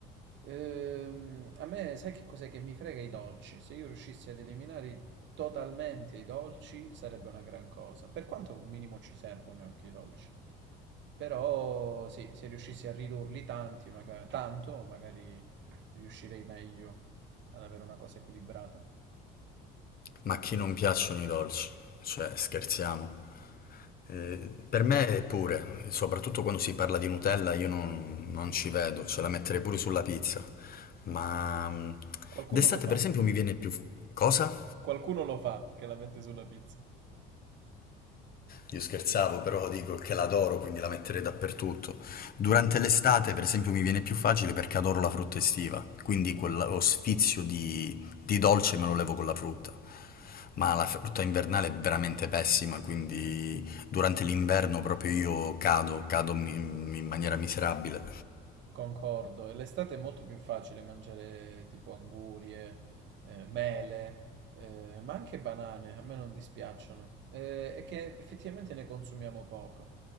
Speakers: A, on the right; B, on the left.
A: Ehm, a me, sai che cos'è che mi frega i dolci? Se io riuscissi ad eliminare totalmente i dolci sarebbe una gran cosa. Per quanto un minimo ci servono anche i dolci. Però sì, se riuscissi a ridurli tanti, maga- tanto, magari riuscirei meglio ad avere una cosa equilibrata.
B: Ma a chi non piacciono i dolci? Cioè, scherziamo. Eh, per me pure, soprattutto quando si parla di Nutella, io non, non ci vedo, ce la metterei pure sulla pizza. Ma mm,
A: Qualcuno
B: d'estate,
A: lo fa.
B: per esempio, mi viene più... Cosa?
A: Qualcuno lo fa che la mette sulla pizza.
B: Io scherzavo, però dico che l'adoro, quindi la metterei dappertutto. Durante l'estate, per esempio, mi viene più facile perché adoro la frutta estiva, quindi quello sfizio di, di dolce me lo levo con la frutta. Ma la frutta invernale è veramente pessima, quindi durante l'inverno proprio io cado, cado mi- in maniera miserabile.
A: Concordo, e l'estate è molto più facile mangiare tipo angurie, eh, mele, eh, ma anche banane, a me non dispiacciono, eh, e che effettivamente ne consumiamo poco.